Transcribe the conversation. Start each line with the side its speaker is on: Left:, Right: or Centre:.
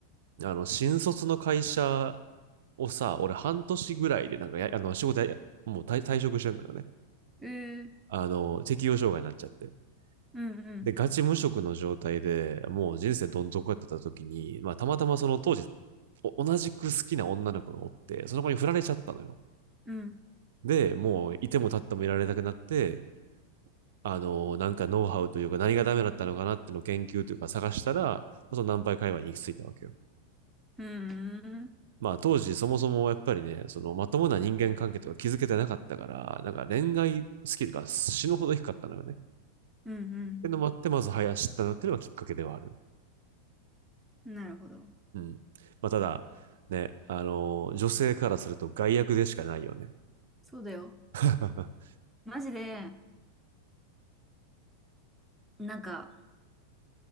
Right: あの、新卒の会社をさ、俺半年ぐらいでなんかや、あの、仕事や、もう退退職してんだよね。
Centre: うー、
Right: あの、適応障害になっちゃって。
Centre: うん、うん、
Right: で、ガチ無職の状態でもう人生どん底やってた時に、まあ、たまたまその当時、お同じく好きな女の子がおって、その子に振られちゃったのよ。
Centre: うん、
Right: で、もういても立ってもいられなくなって、あの、なんかノウハウというか何がダメだったのかなっていうのを研究というか探したら、そのナンパイ会話に行き着いたわけよ。
Centre: うーん、
Right: まあ当時そもそもやっぱりね、そのまともな人間関係とか築けてなかったから、なんか恋愛スキルが死ぬほど低かったのよね。っ
Centre: うん、うん。
Right: ていうのもあって、まず早知ったのっていうのがきっかけではある。
Centre: なるほど。
Right: うん。まあただ、ね、あのー女性からすると害悪でしかないよね。
Centre: そうだよ。
Right: <laughs>
Centre: マジで、なんか、